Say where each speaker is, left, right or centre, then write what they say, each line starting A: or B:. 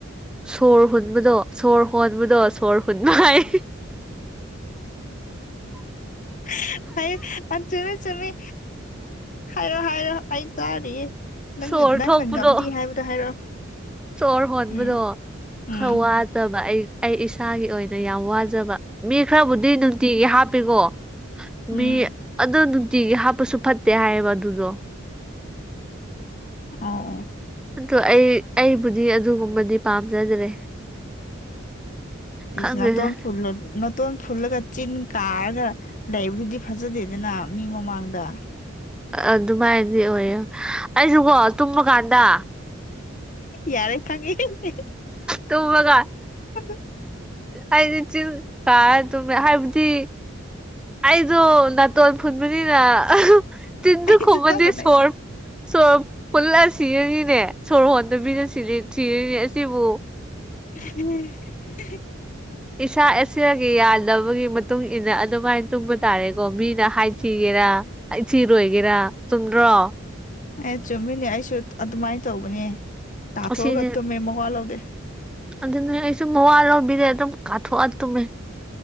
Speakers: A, in the centre; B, on the left (about 40°).
A: ꯁꯣꯔ ꯍꯣꯟꯕꯗꯣ ꯁꯣꯔ ꯍꯣꯟꯕꯗꯣ ꯁꯣꯔ ꯍꯨꯟꯕ ꯋꯥꯏ
B: <unintelligible> ꯆꯨꯃꯤ ꯆꯨꯃꯤ ꯍꯥꯏꯔꯣ ꯍꯥꯏꯔꯣ ꯑꯩ ꯇꯥꯔꯤꯌꯦ ꯅꯪ
A: ꯁꯣꯔ
B: ꯅꯪꯅ
A: ꯊꯣꯛꯄꯗꯣ
B: ꯉꯝꯅꯤ ꯍꯥꯏꯕꯗꯣ ꯍꯥꯏꯔꯛꯑꯣ
A: ꯁꯣꯔ ꯍꯣꯟꯕꯗꯣ
B: ꯎꯝ ꯎꯝ
A: ꯈꯔ ꯋꯥꯖꯕ ꯑꯩ ꯑꯩ ꯏꯁꯥꯒꯤ ꯑꯣꯏꯅ ꯌꯥꯝ ꯋꯥꯖꯕ ꯃꯤ ꯈꯔꯕꯨꯗꯤ ꯅꯨꯡꯇꯤꯒꯤ ꯍꯥꯞꯄꯦꯀꯣ
B: ꯎꯝ
A: ꯃꯤ ꯑꯗꯣ ꯅꯨꯡꯇꯤꯒꯤ ꯍꯥꯞꯄꯁꯨ ꯐꯠ ꯇꯦ ꯍꯥꯏꯌꯦꯕ ꯑꯗꯨꯗꯣ
B: ꯑꯥꯎ
A: ꯑꯗꯣ ꯑꯩ ꯑꯩꯕꯨꯗꯤ ꯑꯗꯨꯒꯨꯝꯕꯗꯤ ꯄꯥꯝꯖꯗ꯭ꯔꯦ ꯈꯪꯗꯦꯗ
B: ꯏꯁ ꯅꯇꯣꯟ ꯐꯨꯜꯂꯅꯨ ꯅꯇꯣꯟ ꯐꯨꯜꯂꯒ ꯆꯤꯟ ꯀꯥꯔꯒ ꯂꯩꯕꯗꯨꯗꯤ ꯐꯖꯗꯦꯗꯅ ꯃꯤ ꯃꯃꯥꯡꯗ
A: ꯑꯗꯨꯃꯥꯏꯅꯗꯤ ꯑꯣꯏꯌꯦ ꯑꯩꯁꯨꯀꯣ ꯇꯨꯝꯃꯀꯥꯟꯗ
B: ꯌꯥꯔꯦ ꯈꯪꯉꯦ
A: ꯇꯨꯝꯃꯒ
B: <unintelligible>
A: ꯑꯩꯗꯤ ꯆꯤꯟ ꯀꯥꯔꯒ ꯇꯨꯝꯃꯦ ꯍꯥꯏꯕꯗꯤ ꯑꯩꯖꯨ ꯅꯥꯇꯣꯟ ꯐꯨꯟꯕꯅꯤꯅ ꯆꯤꯟꯗꯨ
B: ꯑꯩꯁꯨ
A: ꯈꯨꯝꯃꯗꯤ
B: ꯆꯞ ꯃꯥꯟꯅꯩ
A: ꯁꯣꯔ ꯁꯣꯔ ꯐꯨꯜꯂ ꯁꯤꯔꯅꯤꯅꯦ ꯁꯣꯔ ꯍꯣꯟꯗꯕꯤꯗ ꯁꯤꯔ ꯁꯤꯔꯅꯤ ꯑꯁꯤꯕꯨ
B: <unintelligible>
A: ꯏꯁꯥ ꯑꯁꯤꯒꯤ ꯌꯥꯗꯕꯒꯤ ꯃꯇꯨꯡ ꯃꯇꯨꯡꯏꯟꯅ ꯑꯗꯨꯃꯥꯏꯅ ꯇꯨꯝꯕ ꯇꯥꯔꯦꯀꯣ ꯃꯤꯅ ꯍꯥꯏꯊꯤꯒꯦꯔꯥ ꯍꯥꯏꯊꯤꯔꯣꯏꯒꯦꯔ ꯆꯨꯝꯗ꯭ꯔꯣ
B: ꯑꯦ ꯆꯨꯝꯃꯤꯅꯦ ꯑꯩꯁꯨ ꯑꯗꯨꯃꯥꯏꯅ ꯇꯧꯕꯅꯦ ꯇꯥꯊꯣꯛꯑꯒ
A: ꯑꯁꯤꯅꯦ
B: ꯇꯨꯝꯃꯦ ꯃꯋꯥ ꯂꯧꯗꯦ
A: ꯑꯗꯨꯅꯦ ꯑꯩꯁꯨ ꯃꯋꯥ ꯂꯧꯕꯤꯗꯦ ꯑꯗꯨꯝ ꯀꯥꯊꯣꯛꯑ ꯇꯨꯝꯃꯦ